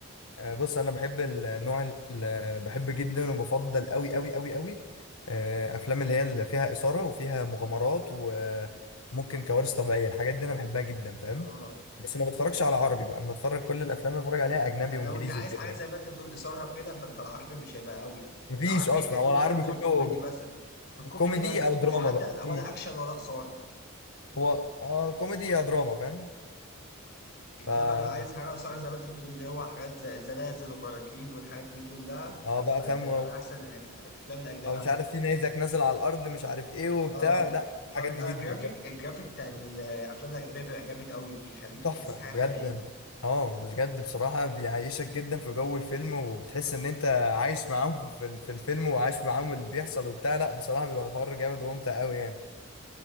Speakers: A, on the left; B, on the left.
A: آه، بص انا بحب النوع ال- بحب جدا وبفضل قوي قوي قوي قوي آه، افلام اللي هي اللي فيها اثاره وفيها مغامرات وممكن كوارث طبيعيه الحاجات دي انا بحبها جدا فاهم
B: اه
A: بس ما بتفرجش على عربي بقى انا بتفرج كل الافلام اللي بتفرج عليها اجنبي
B: ما
A: وانجليزي
B: لو انت عايز
A: وكده
B: حاجة
A: يعني.
B: زي ما انت بتقول إثارة وكده فانت العربي مش هيبقى قوي
A: مفيش
B: العربي
A: اصلا
B: حلو
A: هو
B: مثلا
A: العربي
B: في
A: كله
B: الكوميدي مثلا في الكوميدي
A: كوميدي
B: بس
A: او دراما
B: يعني حتى
A: بقى
B: ال-
A: مم.
B: ولا اكشن ولا إثارة
A: هو اه كوميدي يا دراما فاهم
B: انما
A: ف
B: لو عايز حاجة إثارة زي ما انت بتقول اللي هو حاجات زي زلازل وبراكين والحاجات دي كلها
A: اه بقى
B: فانت
A: فاهم
B: يبقى احسن الأج- الافلام الاجنبية
A: او مش
B: احسن
A: عارف في نيزك نازل على الارض مش عارف ايه وبتاع
B: اه
A: لا الحاجات
B: فبيبقى
A: دي جدا
B: الجرافيك
A: بقى
B: الجرافيك بتاع الافلام الاجنبيه بيبقى جامد قوي بيخليك
A: تحفه
B: تحس حاجه
A: بجد
B: حقيقيه
A: اه بس بجد بصراحه بيعيشك جدا في جو الفيلم وبتحس ان انت عايش معاهم <laughs> في ال- في الفيلم وعايش معاهم اللي بيحصل وبتاع لا بصراحه بيبقى الحوار جامد وممتع قوي يعني